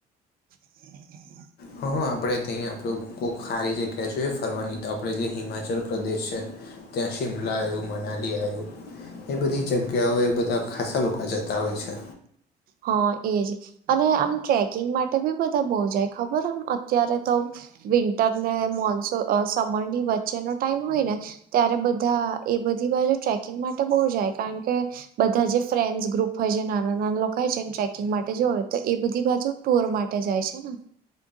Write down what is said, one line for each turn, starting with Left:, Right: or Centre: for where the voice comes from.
Right: <inaudible>
Left: હા હા આપણે ત્યાં આપણું કોક હારી જગ્યા જોઈએ ફરવાની તો આપણે જે હિમાચલ પ્રદેશ છે. ત્યાં શિમલા આયું મનાલી આયું, એ બધી જગ્યાઓ એ બધી તા ખાસ્સા લોકો જતા હોય છે.
Right: હા એજ. અને આમ ટ્રેકિંગ માટે બી બધા બહુ જાય ખબર આમ અત્યારે તો. વિન્ટર ને મોનસૂન સમર ની વચ્ચેનો ટાઈમ હોય ને. ત્યારે બધા એ બધી બાજુ ટ્રેકિંગ માટે બહુ જાય કારણ કે બધા જે ફ્રેન્ડસ ગ્રુપ હોય છે નાના નાના લોકો હોય છે ટ્રેકિંગ માટે જો હોય તો એ બધી બાજુ. ટુર માટે જાય છે ને.